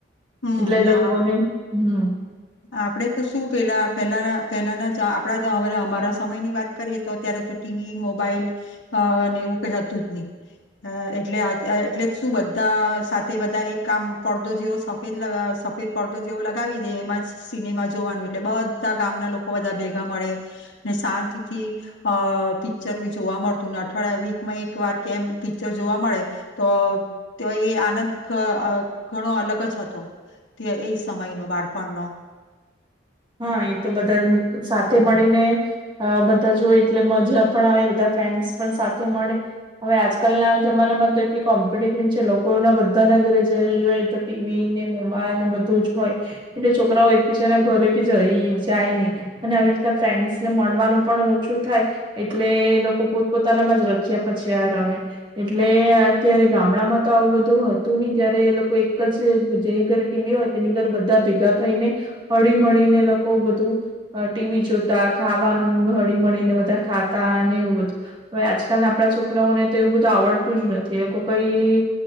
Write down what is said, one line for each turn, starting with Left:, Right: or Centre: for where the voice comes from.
Left: હમ
Right: એટલે
Left: ને
Right: એ લોકોને
Left: આ
Right: હમ
Left: આપડે તો શું પેલા પેલા પેલાના આપડા <unintelligible> અમારા સમયની વાત કરીએ તો અત્યારે તો ટીવી મોબાઈલ અ અને એવું કઈ હતું જ ની અ એટલે અત્ એટલે જ શું બધા સાથે બધા એક કામ પડદો જેવો સંભ સફેદ પડદો જેવો લગાવી દે એમાં જ સિનેમા જોવાનું એટલે બધા ગામના લોકો બધા ભેગા મળે ને શાંતિથી અ પિક્ચર બી જોવા મળતું ને અઠવાડિયામાં વીકમાં એક વાર કેમ પિક્ચર જોવા મળે તો તે એ આનંદ ઘણો અલગ જ હતો. તો એ સમય ન બાળપણનો
Right: હા એ તો બધાનું સાથે મળીને અ બધા જોય એટલે મજા પણ આવે બધા ફ્રેન્ડ્સ પણ સાથે મળે હવે આજકાલ ના જમાનામાં તો એટલી કોમ્પિટિશન છે લોકોના બધાના ઘરે જ જોઈ તો ટીવી ને મોબાઈલ ને બધું જ હોય એટલે છોકરાઓ એકબીજાના ઘરે જય જાય ને અને આવી રીતના ફ્રેન્ડસ ને મળવાનું પણ ઓછું થાય એટલે એ લોકો પોતપોતાનામાં જ રચ્યા પચ્યા રહે એટલે અત્યારે ગામડામાં તો આવું બધું હતું નહી ત્યારે એ લોકો એક જ જેની ઘર ટીવી હોય તેની ઘર બધા ભેગા થઈ ને હળીમળીને એલોકો બધું ટીવી જોતા ખાવાનું હળી મળીને બધા ખાતા એવું બધું હવે આજકાલ ના આપડા છોકરાઓને તો એવું બધું આવડતું જ નથી લોકો કઈ